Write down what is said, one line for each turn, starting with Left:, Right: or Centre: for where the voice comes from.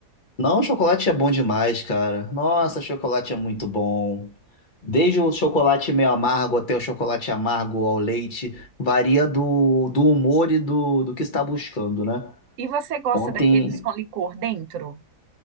Left: Não, chocolate é bom demais, cara. Nossa,
Right: Hum.
Left: chocolate é muito bom. Desde o chocolate meio amargo até o chocolate amargo ao leite, varia do, do humor e do, do que está buscando, né?
Right: E você gosta
Left: Ontem,
Right: daqueles com licor dentro?